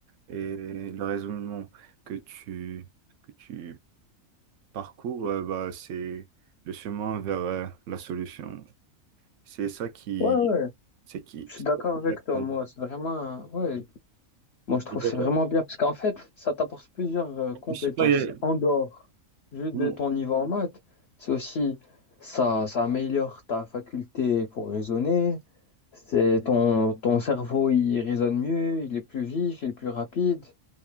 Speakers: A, on the right (about 65°); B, on the left (about 60°).
A: et le raisonnement que tu, que tu parcours, euh, bah, c'est le chemin vers euh, la solution. C'est ça qui,
B: Ouais, ouais,
A: c'est qui.
B: je
A: c'est
B: suis d'accord
A: ça qui
B: avec
A: est-
B: toi.
A: pardon.
B: Moi, c'est vraiment, ouais, moi, je trouve
A: Et toi,
B: que c'est
A: toi
B: vraiment bien parce qu'en fait, ça t'apporte plusieurs euh, compétences
A: Je sais pas, il y a-
B: en dehors juste
A: Mm.
B: de ton niveau en maths. C'est aussi, ça, ça améliore ta faculté pour raisonner. C'est ton, ton cerveau, il raisonne mieux, il est plus vif, il est plus rapide.